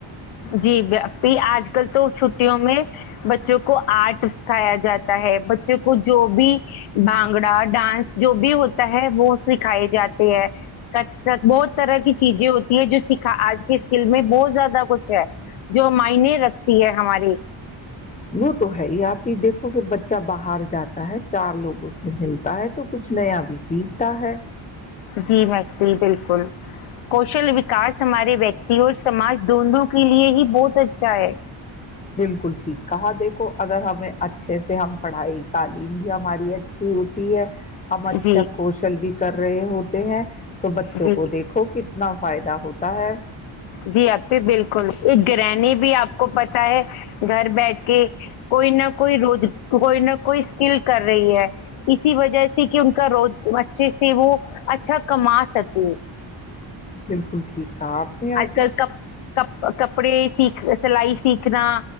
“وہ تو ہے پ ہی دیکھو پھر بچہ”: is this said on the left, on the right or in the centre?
Left